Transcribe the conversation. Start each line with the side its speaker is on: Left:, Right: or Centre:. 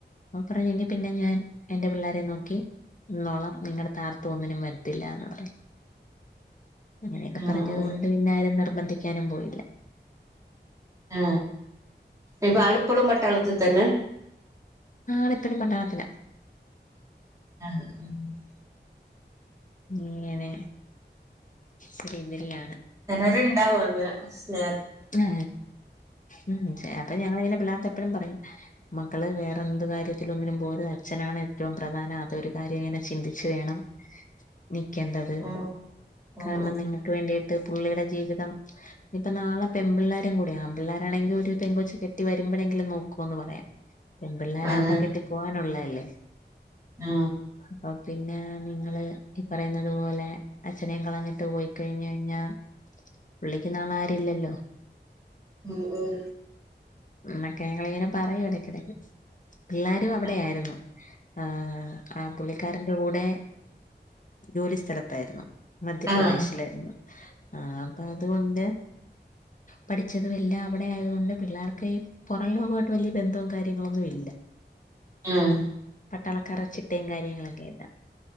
Left: അപ്പ പറയാ എങ്കി പിന്നെ ഞാൻ എന്റെ പിള്ളാരെ നോക്കി നിന്നോളാം <unintelligible> തരെട്ത്തും ഒന്നിനും വരത്തില്ലാന്ന് പറഞ്ഞു അങ്ങനെക്കെ
Right: ആഹ്
Left: പറഞ്ഞത് കൊണ്ട് പിന്നാരും നിർബന്ധിക്കാനും പോയില്ല
Right: ആ ഇപ്പാള്പ്പളും പട്ടാളത്ത്ത്തെന്നെ
Left: ആള്പ്പഴും പട്ടാളത്തില
Right: <unintelligible>
Left: ഇങ്ങനെ <inaudible>
Right: ചെലര്ണ്ടാവും അങ്ങനെ സ്നേ
Left: ഏ ഉം ചെ അപ്പൊ ഞങ്ങള്ങ്ങനെ പിള്ളാത്തപ്പെഴും പറയും മക്കള് വേറെന്ത് കാര്യത്തില് ഒന്നിനും പോവരുത് അച്ഛനാണ് ഏറ്റവും പ്രധാനം അതൊരു കാര്യം ങ്ങനെ ചിന്തിച്ചു വേണം
Right: <inaudible>
Left: നിക്കണ്ടത്
Right: ഉം ഉം
Left: കാരണം
Right: ഉം
Left: നിങ്ങ ക്ക്‌ വേണ്ടിട്ട് പുള്ളിടെ ജീവിതം ഇപ്പ നാളെ പെമ്പിള്ളേരും കൂടി ആമ്പിള്ളേരാണെങ്കി ഒരു പെങൊച്ച് കെട്ടി വരുമ്പഴെങ്കിലും നോക്കോന്ന് പറയാ പെമ്പിള്ളേരാകുമ്പോ
Right: അതാണ്
Left: കെട്ടി പോവാനുള്ളല്ലേ
Right: ആ
Left: അപ്പൊ പിന്നെ നിങ്ങള് ഈ പറയുന്നത് പോലെ അച്ഛനേം കളഞ്ഞിട്ട് പോയി കഴിഞ്ഞ് കഴിഞ്ഞാ പുള്ളിക്ക് നാളാരുല്ലല്ലോ
Right: ഉം ഉം
Left: മറ്റേ ഞങ്ങളിങ്ങനെ പറയു എടക്കെടക്ക് പിള്ളേരും അവിടെയായിരുന്നു
Right: ആഹ്
Left: ആ ആ പുള്ളിക്കാരന്റെ കൂടെ ജോലി സ്ഥലത്തായിരുന്നു മധ്യപ്രദേശിലായിരുന്നു
Right: ആഹ് ആഹ്
Left: ആ അപ്പൊ അതോണ്ട് പഠിച്ചതുവെല്ലാ അവിടെ ആയതോണ്ട് പിള്ളേർക്ക് ഈ പൊറം ലോകായിട്ട് വല്യ ബന്ധവും കാര്യങ്ങളൊന്നുംല്ല
Right: ആഹ്
Left: പട്ടാളക്കാരെ ചിട്ടേ കാര്യങ്ങളൊക്കായിട്ട